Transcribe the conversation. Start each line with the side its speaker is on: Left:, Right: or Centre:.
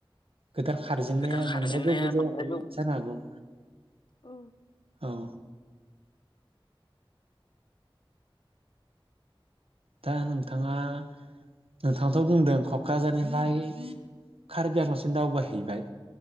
Right: गोदान खारजेननाया
Left: खोथा खारजेननाया
Right: बांद्राय गोबाव जायाखै
Left: बांद्राय गोबाव
Right: जानो हागौ।
Left: औ।
Right: औ। दा नोंथाङा नोंथाङाथ'
Left: औ
Right: बुंदों क'क्राझारनिफ्राय कार्बिआंलंसिम दावबाय हैैबाय।